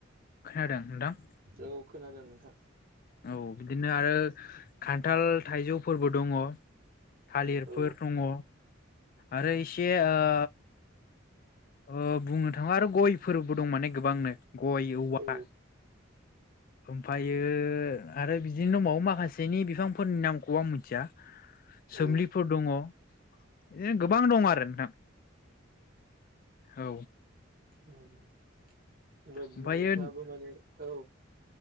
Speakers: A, on the left (about 45°); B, on the right (about 45°).
A: खोनादों नोंथां?
B: औ खोनादों नोंथां।
A: औ बिदिनो आरो खान्थाल थाइजौफोरबो दङ। थालिरफोर
B: औ
A: दङ आरो इसे ओ ओ बुंनो थाङोबा आरो गयफोरबो दं माने गोबांनो गय औवा
B: औ
A: ओमफ्रायो आरो बिदिनो दंबावो माखासेनि बिफांफोरनि नामखौ आं मिथिया।
B: औ
A: सोमलिफोर दङ बिदिनो गोबां दङ आरो नोंथां। औ
B: होनबा
A: ओमफ्रायो
B: नोंथाङाबो माने औ